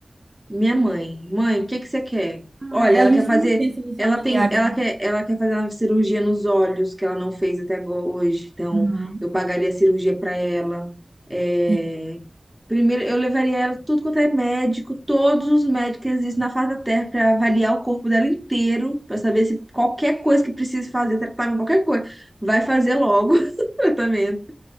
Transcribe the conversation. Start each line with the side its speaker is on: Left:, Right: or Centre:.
Centre: Minha mãe, mãe, o que que você quer?
Right: Ah,
Centre: Olha, ela
Right: A gente
Centre: quer fazer,
Right: sempre pensa nos
Centre: ela
Right: familiares.
Centre: tem, ela quer, ela quer fazer uma cirurgia nos olhos que ela não fez até agora- hoje, então
Right: Aham,
Centre: eu pagaria a cirurgia para ela. É,
Right: sim.
Centre: primeiro eu levaria ela tudo quanto é médico, todos os médicos que existem na face da Terra para avaliar o corpo dela inteiro, para saber se qualquer coisa que precise fazer, tratamento, qualquer coisa, vai fazer logo <laughs> o tratamento